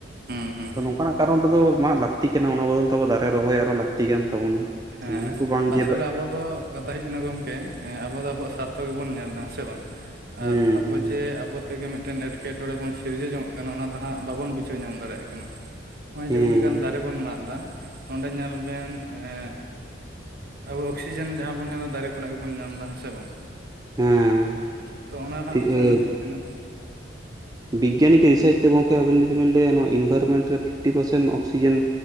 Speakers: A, on the right; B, on the right.
A: ᱦᱩᱸ ᱦᱩᱸ
B: ᱛᱚ ᱱᱚᱝᱠᱟᱱᱟᱜ ᱠᱟᱨᱚᱱ ᱨᱮᱫᱚ, ᱢᱟᱜ ᱞᱟᱹᱠᱛᱤ ᱠᱟᱱᱟ ᱚᱱᱟ ᱵᱚᱫᱚᱞᱛᱮ ᱟᱵᱚ ᱫᱟᱨᱮ ᱨᱚᱦᱚᱭ ᱟᱨᱚ ᱞᱟᱹᱠᱛᱤ ᱠᱟᱱ ᱛᱟᱵᱚᱱᱟ
A: ᱦᱮᱸ
B: ᱮᱢᱚᱱ ᱠᱚ ᱵᱟᱝ
A: ᱟᱥᱚᱞᱮ
B: ᱡᱮ
A: ᱟᱵᱚ ᱫᱚ ᱠᱟᱛᱷᱟ ᱦᱳᱭᱩᱜ ᱠᱟᱱᱟ ᱜᱚᱝᱠᱮ, ᱟᱵᱚ ᱫᱚ ᱟᱵᱚᱣᱟᱜ ᱥᱟᱨᱛᱷᱚ ᱜᱮᱵᱚᱱ ᱧᱮᱞ ᱫᱟ ᱦᱮᱸ ᱥᱮ ᱵᱟᱝ ᱾ ᱟᱨ
B: ᱦᱮᱸ
A: ᱟᱵᱚ
B: ᱦᱮᱸ
A: ᱡᱮ, ᱟᱵᱚ ᱛᱮᱜᱮ ᱢᱤᱫᱴᱮᱱ ᱮᱴᱠᱮᱴᱚᱬᱮ ᱵᱚᱱ ᱥᱤᱨᱡᱟᱹ ᱡᱚᱝᱚᱜ ᱠᱟᱱᱟ, ᱚᱱᱟ ᱫᱚ ᱦᱟᱸᱜ ᱵᱟᱵᱚᱱ ᱵᱩᱡᱷᱟᱹᱣ ᱧᱟᱢ ᱫᱟᱲᱮᱭᱟᱜ ᱠᱟᱱᱟ᱾ ᱱᱚᱜᱼᱚᱭ ᱡᱮ
B: ᱦᱮᱸ
A: ᱩᱱᱟᱹᱜ ᱜᱟᱱ ᱫᱟᱨᱮ ᱵᱚᱱ ᱢᱟᱜ ᱮᱫᱟ ᱱᱚᱸᱰᱮ ᱧᱮᱞ ᱵᱮᱱ ᱦᱮ ᱟᱵᱚ ᱚᱠᱥᱤᱡᱮᱱ ᱡᱟᱦᱟᱸ ᱵᱚᱱ ᱧᱟᱢᱫᱟ, ᱫᱟᱨᱮ ᱠᱷᱚᱱᱟᱜ ᱜᱮ ᱵᱚᱱ ᱧᱟᱢᱫᱟ ᱦᱮᱸᱥᱮ ᱵᱟᱝ?
B: ᱦᱮᱸ,
A: ᱛᱚ ᱚᱱᱟ ᱦᱟᱸᱜ
B: ᱦᱮᱸ
A: ᱠᱚᱢ ᱤᱫᱤᱜ ᱠᱟᱱᱟ ᱾
B: ᱵᱤᱜᱽᱜᱟᱱᱤᱠ ᱨᱤᱥᱟᱨᱪ ᱛᱮ ᱜᱚᱢᱠᱮ ᱟᱵᱤᱱ ᱡᱩᱫᱤ ᱵᱮᱤᱱ ᱞᱟᱹᱭᱟ, ᱱᱚᱣᱟ ᱤᱱᱵᱷᱟᱨᱢᱮᱱᱴ ᱨᱮ ᱯᱷᱤᱯᱴᱤ ᱯᱟᱨᱥᱮᱱᱴ ᱚᱠᱥᱤᱡᱮᱱ